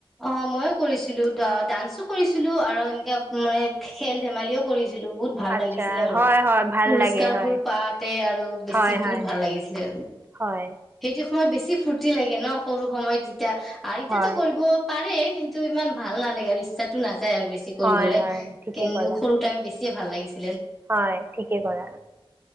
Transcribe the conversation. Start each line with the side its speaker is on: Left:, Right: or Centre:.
Centre: অ ময়ো কৰিছিলোঁ ডা ডান্সো কৰিছিলোঁ আৰু এনেকে মানে খেল ধেমালিও কৰিছিলোঁ। বহুত ভাল
Right: আচ্ছা
Centre: লাগিছিলে আৰু
Right: হয় হয় ভাল
Centre: পুৰস্কাৰবোৰ
Right: লাগে হয়
Centre: পাওঁতে আৰু বেছি
Right: হয়
Centre: বহুত
Right: হয়
Centre: ভাল লাগিছিলে আৰু।
Right: হয়
Centre: সেইটো সময়ত বেছি ফূৰ্তি লাগে ন' সৰু সময়ত যে যেতিয়া আৰু এতিয়াটো
Right: হয়
Centre: কৰিব পাৰে কিন টো ইমান ভাল নালাগে আৰু ইচ্ছাটো না নাযায় আৰু বেছি কৰিবলে।
Right: হয় হয় ঠিকে
Centre: কিন্তু
Right: ক'লা
Centre: সৰু টাইমত বেছি য়ে ভাল লাগিছি
Right: হয় ঠিকে ক'লা।